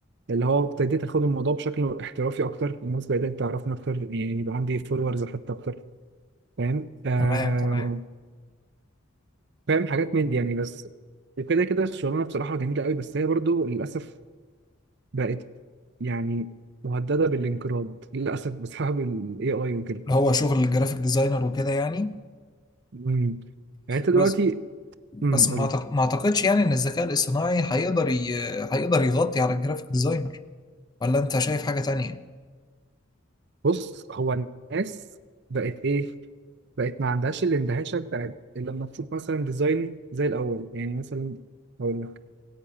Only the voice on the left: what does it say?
تمام تمام
اللي هو شغل الجرافيك ديزاينر وكده يعني
بس بس
ما
أعتق- ما اعتقدش يعني ان الذكاء الاصطناعي هيقدر ي... هيقدر يغطي على الجرافيك ديزاينر ولا انت شايف حاجة تانية